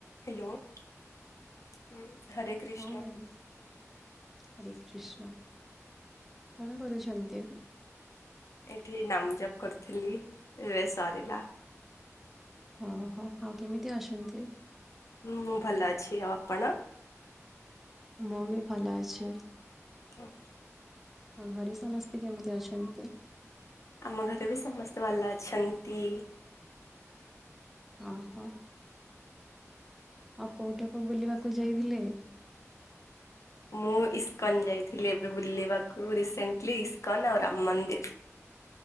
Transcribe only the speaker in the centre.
ହଁ, ma'am. Hare Krishna କଣ କରୁଛନ୍ତି?
ଓହୋ, ଆଉ। କେମିତି ଅଛନ୍ତି?
ମୁଁ, ବି ଭଲ ଅଛି।
ଆଉ ଘରେ ସମସ୍ତେ କେମିତି ଅଛନ୍ତି?
ଓହୋ, ଆଉ କୋଉଠାକୁ ବୁଲିବାକୁ ଯାଇଥିଲେ?